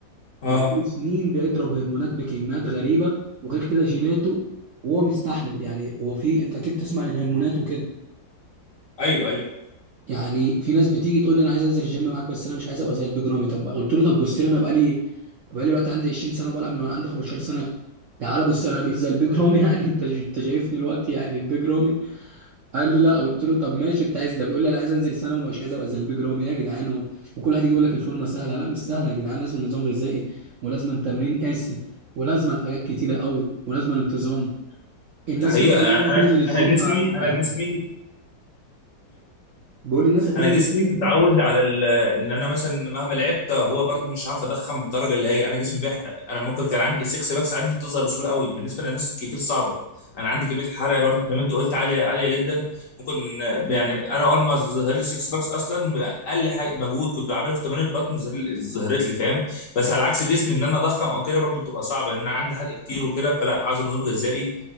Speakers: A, on the left; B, on the right.
A: اه
B: ده بقاله سنين بيضرب هرمونات بكميات غريبه وغير كده جيناته وهو مستحمل يعني هو في انت اكيد تسمع عن الهرمونات وكده
A: ايوه ايوه
B: يعني في ناس بتيجي تقول لي انا عايز انزل الجيم معاك بس انا مش عايز ابقى زي البيج رامي طب قلت له طب بص لي انا بقالي بقالي دلوقتي عندي 20 سنه وبلعب من وانا عندي 15 سنه تعالى بص انا بقيت زي البيج رامي يعني <laughs> انت انت شايفني دلوقتي يعني البيج رامي قال لي لا قلت له طب ماشي انت عايز ده بيقول لي انا عايز انزل سنه ومش عايز ابقى زي البيج رامي إيه يا جدعان و- وكل واحد يجي يقول لك الفورمه سهله لا مش سهله يا جدعان لازم نظام غذائي ولازم تمرين قاسي ولازم حاجات كتيره قوي ولازم انتظام الناس
A: ده حقيقة
B: فاكره
A: يعني
B: ان هي
A: انا
B: تنزل الجيم
A: انا جسمي
B: هتبقى
A: انا جسمي
B: بيقول الناس هتنزل
A: انا جسمي
B: الجيم
A: متعود على ال- ان انا مثلا مهما لعبت هو برضو مش هعرف اضخم بالدرجه اللي هي انا جسمي بيحرق انا ممكن كان عندي 6 باكس عندي بتظهر بسهوله قوي بالنسبه لناس كتير صعبه انا عندي كميه الحرق برضو زي ما انت قلت عاليه عاليه جدا ممكن يعني انا اول ما ظهر لي 6 باكس اصلا اقل حاجه مجهود كنت بعمله في تمارين البطن ظهر لي- ظهرت لي فاهم بس على عكس جسمي ان انا اضخم او كده برضو بتبقى صعبه لان انا عندي حرق كتير وكده فلا عايز نظام غذائي